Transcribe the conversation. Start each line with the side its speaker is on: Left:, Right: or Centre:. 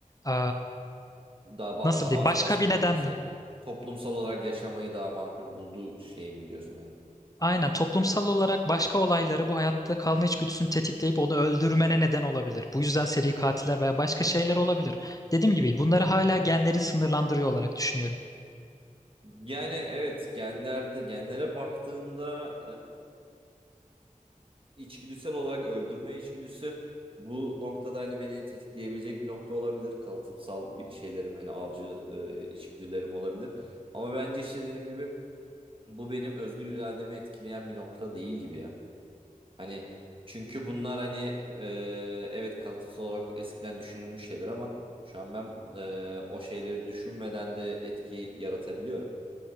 Left: Ee,
Right: Daha ba-
Left: nasıl
Right: az
Left: diyeyim? Başka
Right: baskın
Left: bir
Right: hani
Left: nedenden.
Right: de şey toplumsal olarak yaşamayı daha makul bulduğu şey mi diyorsun hani?
Left: Aynen toplumsal olarak başka olayları bu hayatta kalma içgüdüsünü tetikleyip onu öldürmene neden olabilir. Bu yüzden seri katiller veya başka şeyler olabilir. Dediğim gibi bunları hala genlerin sınırlandırıyor olarak düşünüyorum.
Right: Yani evet genlerde genlere baktığında e, içgüdüsel olarak öldürme içgüdüsü bu noktada hani beni tetikleyebilecek bir nokta olabilir. Kalıtsal bir şeylerim hani avcı e, içgüdülerim olabilir. Ama bence işte dediğim gibi bu benim özgür irademi etkileyen bir nokta değil gibi ya. Hani çünkü bunlar hani e, evet kalıtsal olarak eskiden düşünülmüş şeyler ama şu an ben e, o şeyleri düşünmeden de etki yaratabiliyorum.